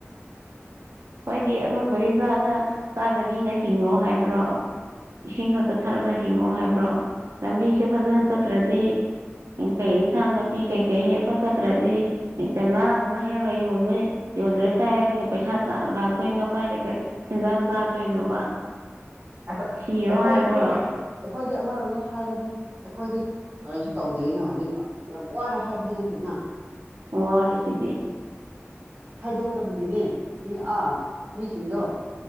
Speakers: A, on the right (about 80°); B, on the right (about 45°).
A: ꯍꯣꯏꯗꯤ ꯑꯩꯈꯣꯏ ꯕꯔꯤꯖꯥꯗ ꯆꯥꯗꯕꯤꯗ ꯍꯤꯡꯉꯣ ꯍꯥꯏꯕ꯭ꯔꯣ ꯏꯁꯤꯡ ꯈꯛꯇ ꯊꯛꯂꯒ ꯍꯤꯡꯉꯣ ꯍꯥꯏꯕ꯭ꯔꯣ ꯂꯝꯕꯤꯁꯦ ꯐꯖꯅ ꯆꯠꯇ꯭ꯔꯗꯤ ꯀꯩ ꯏꯟꯁꯥꯡ- ꯅꯥꯄꯤ ꯀꯩ ꯀꯩ ꯍꯦꯛ ꯆꯠꯇ꯭ꯔꯗꯤ ꯀ ꯥꯂꯥꯒꯨꯝꯕ ꯍꯦꯛꯂ ꯌꯣꯟꯕ ꯌꯣꯟꯗ꯭ꯔꯦ ꯀꯥꯏꯗꯤ ꯄꯩꯁꯥ ꯂꯥꯛꯇꯣꯏꯅꯣ ꯀꯥꯏꯗꯥ- ꯀꯩ ꯍꯦꯟꯖꯥꯡ ꯆꯥꯗꯣꯏꯅꯣꯕ
B: ꯑꯩꯈꯣꯢ
A: ꯁꯤꯔꯣ
B: ꯑꯩꯈꯣꯏꯗꯤ
A: ꯍꯥꯏꯕ꯭ꯔꯣ
B: ꯑꯩꯈꯣꯏꯗꯤ ꯑꯃꯔꯣꯝꯗ ꯍꯥꯏꯕꯗꯤ ꯑꯩꯈꯣꯏꯗꯤ ꯀꯔꯤꯖꯨ ꯇꯧꯗ꯭ꯔꯤꯅ ꯍꯧꯖꯤꯛ ꯌꯥꯝ ꯋꯥꯔꯦ ꯍꯥꯏꯕꯗꯤ ꯅꯠꯇꯦꯅ
A: ꯋꯥꯔꯤꯁꯤꯗꯤ
B: ꯍꯥꯏꯗꯣꯛꯇꯕꯒꯤꯅꯦ ꯃꯤ ꯑꯥ ꯃꯤꯁꯤꯡꯗꯣ